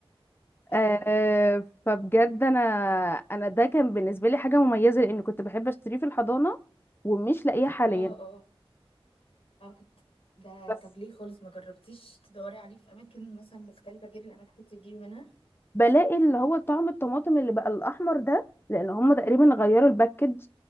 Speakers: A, on the left; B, on the left.
A: ايوه
B: آه
A: ايوه
B: فبجد انا انا ده كان بالنسبه لي حاجه مميزه لان كنت بحب اشتريه في الحضانه ومش لاقيه حاليا
A: اه اه اه كنت ده
B: بس
A: طب ليه خالص ما جربتيش تدوري عليه في اماكن مثلا مختلفه غير الاماكن اللي كنت بتجيبي منها
B: بلاقي اللي هو طعم الطماطم اللي بقى الاحمر ده لان هم تقريبا غيروا الباكج